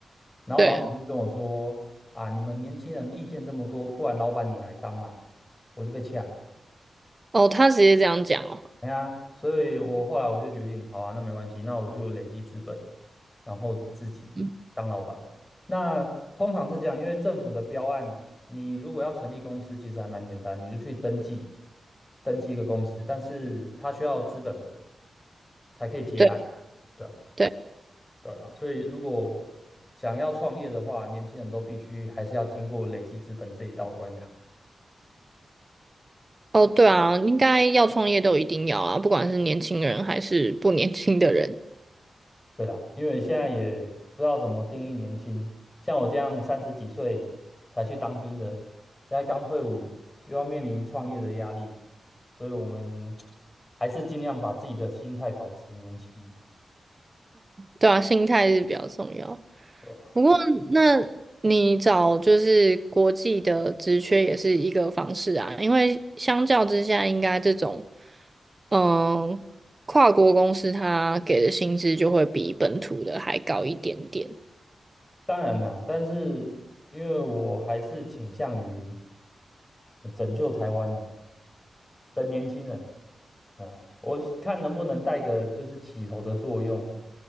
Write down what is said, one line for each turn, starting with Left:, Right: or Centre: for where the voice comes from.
Left: 然后老板就跟我说：
Right: 对，
Left: “啊，你们年轻人意见这么多，不然老板你来当嘛。”我就被呛。
Right: 哦，他直接这样讲哦，
Left: 哎呀，所以我后来我就决定，好啊，那没关系，那我就累积资本，然后自己当老板嘛。
Right: 嗯
Left: 那通常是这样，因为政府的标案，你如果要成立公司，其实还蛮简单，你就去登记，登记一个公司，但是它需要资本额才可以接案，
Right: 对
Left: 对啊。
Right: 对，
Left: 对的啊所以如果想要创业的话，年轻人都必须还是要经过累积资本这一道关卡。
Right: 哦，对啊，应该要创业都一定要啊，不管是年轻人还是不年轻的人，
Left: 对啦，因为现在也不知道怎么定义年轻，像我这样三十几岁才去当兵的，现在刚退伍，又要面临创业的压力，所以我们 <tsk> 还是尽量把自己的心态保持年轻，
Right: 对啊，心态是比较重要。
Left: 对吧？
Right: 不过，那你找就是国际的职缺也是一个方式啊，因为相较之下，应该这种嗯跨国公司它给的薪资就会比本土的还高一点点。
Left: 当然啦，但是因为我还是倾向于拯救台湾啦。的年轻人啊，我看能不能带个就是起头的作用啊，